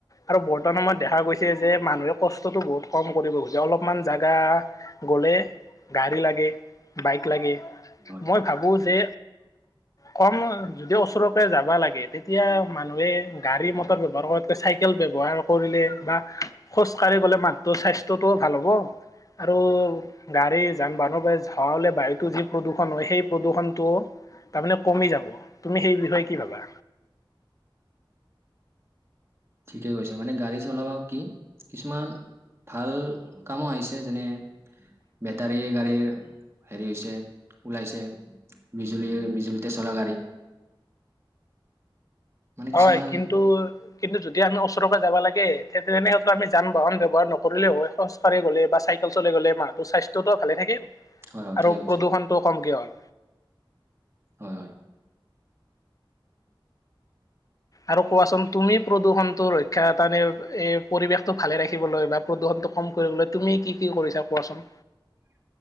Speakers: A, on the left; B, on the right.
A: আৰু বৰ্তমান সময়ত দেখা গৈছে যে মানুহে কষ্টটো বহুত কম কৰিব খুজে অলপমান জেগা গ'লে। গাড়ী লাগে বাইক লাগে।
B: হয়
A: মই ভাবো যে কম যদিওচ। যাব লাগে তেতিয়া মানুহে গাড়ী মতৰ ব্যৱহাৰ কৰোঁতে চাইকেল ব্যৱহাৰ কৰিলে। খোজ কাঢ়ি গ'লে মাতটোৰ স্বাস্থ্যটোও ভাল হ'ব। আৰু গাড়ী যান বাহনৰ পৰা ধৰা হলে বায়ুতো যি প্ৰদূৰণ হয় সেই প্ৰদূষণটো। তাৰমানে কমি যাব তুমি সেই বিষয়ে কি ভাবা।
B: ঠিকে কৈছে মানে গাড়ী চলাব কি কিছুমান। ভাল কামো আহিছে যেনে। বেটাৰী গাড়ীৰ হেৰি হৈছে ওলাইছে। বিজুলী বিজুলীতে চলা গাড়ী মানে কিছুমান
A: হয় কিন্তু কিন্তু। যদি আমি ওচৰে যাব লাগে তেনেক্ষেত্ৰত আমি যান বাহন ব্যৱহাৰ নকৰিলেও হয় খোজকাঢ়ি গ'লে বা চাইকেল চলাই'। গলে মানহটো স্বাস্থ্যতো ভালে থাকে
B: হয় হয় ঠিকে
A: আৰু
B: কৈছে
A: প্ৰদূষণতটো কমকে হ'ল।
B: হয় হয়।
A: আৰু কোৱাচোন তুমি প্ৰদূষণতটো ৰক্ষা তাৰানে এ পৰিৱেশতটো ভালে ৰাখিবলৈ বা প্ৰদূষণ। কম কৰিলে তুমি কি কি কৰিছা কোৱাচোন।
B: <unintelligible>